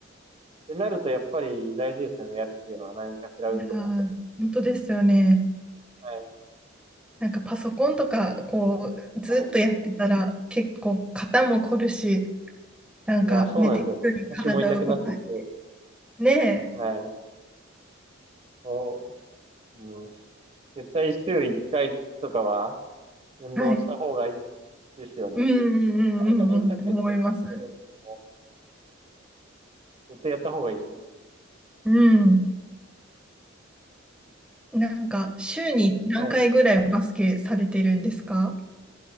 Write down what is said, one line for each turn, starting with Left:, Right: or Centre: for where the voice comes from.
Right: てなると、やっぱり大事ですよね、やるっていうのは何かしら運動。
Centre: え。いやー、本当ですよね。
Right: はい。
Centre: なんかパソコンとか、
Right: うん
Centre: こう、ずっとやってたら、
Right: はい。
Centre: 結構肩も凝るし、なんかね、
Right: いや、そうなんですよ。
Centre: 適度に体を動かす。
Right: 腰も痛くなってきて、
Centre: ね
Right: はい。こう、うん。絶対週1回とかは運動した方がいい
Centre: え。はい。う
Right: ですよね。
Centre: んうんうんうんうん、
Right: なかなか難しいですけど、
Centre: 思います。
Right: 取るけども。絶対やった方がいいですよ。
Centre: うん。なんか、週に何回ぐらいバスケされてるんですか
Right: あーはい。